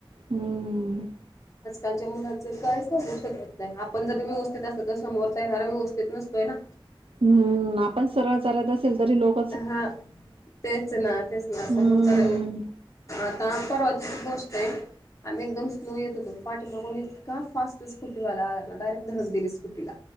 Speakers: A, on the right (about 80°); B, on the left (about 35°).
A: हम्
B: आजकालच्या मुलाचं काय सांगू शकत नाही आपण जरी व्यवस्थित अस तर समोरचा येणारा व्यवस्थित नसतोय ना.
A: हम्म आपण सरळ चालत असेल तरी लोक
B: हा तेच ना तेच ना समोर
A: हम्म
B: तर. <unintelligible> ता परवाचीच गोष्ट आहे आम्ही एकदम स्लो येत होतो पाठीमागून इतका फास्ट स्कुटीवाला आला ना डायरेक्ट धडक दिली स्कूटीला.